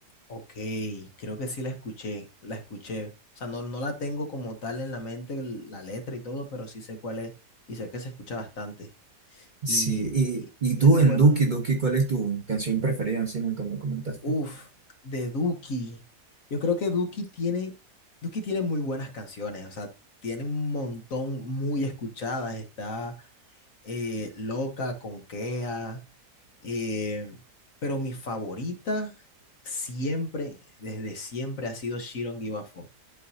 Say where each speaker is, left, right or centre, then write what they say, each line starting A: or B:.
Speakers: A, on the left; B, on the right.
A: Ok, creo que sí la escuché, la escuché. O sea, no, no la tengo como tal en la mente, l- la letra y todo, pero sí sé cuál es y sé que se escucha bastante.
B: Sí,
A: Y, y
B: y, y
A: es
B: tú
A: lo
B: en
A: bueno.
B: Duki, Duki, ¿cuál es tu canción preferida? Si nunca me comentaste.
A: Uf, de Duki. Yo creo que Duki tiene, Duki tiene muy buenas canciones, o sea, tiene un montón muy escuchadas. Está eh, Loca, Conquea, eh, pero mi favorita siempre, desde siempre, ha sido She Don't Give a Fuck.